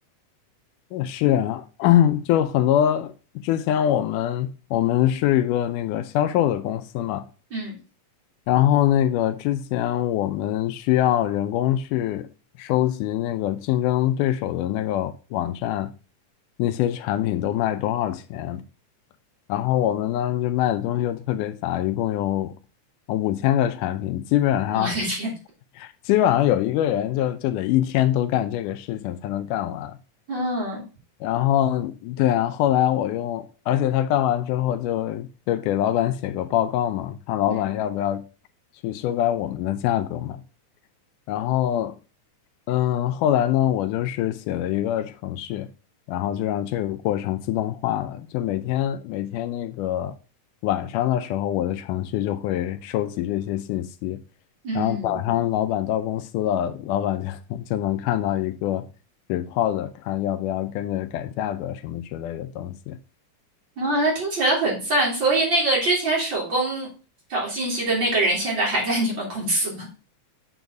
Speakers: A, on the left (about 85°); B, on the right (about 40°).
A: 呃是啊，<clears throat> 就很多之前我们我们是一个那个销售的公司嘛。
B: 嗯，
A: 然后那个之前我们需要人工去收集那个竞争对手的那个网站，那些产品都卖多少钱。然后我们呢就卖的东西又特别杂，一共有呃五千个产品，基本上
B: 我的天，
A: <laughs> 基本上有一个人就就得一天都干这个事情才能干完。
B: 嗯
A: 然后对啊，后来我用，而且他干完之后就就给老板写个报告嘛，看老板要不要去修改我们的价格嘛。
B: 嗯
A: 然后，嗯，后来呢，我就是写了一个程序，然后就让这个过程自动化了。就每天每天那个晚上的时候，我的程序就会收集这些信息，
B: 嗯，
A: 然后早上老板到公司了，老板就 <laughs> 就能看到一个 report，看要不要跟着改价格什么之类的东西。
B: 哇，那听起来很赞。所以那个之前手工找信息的那个人，现在还在你们公司吗？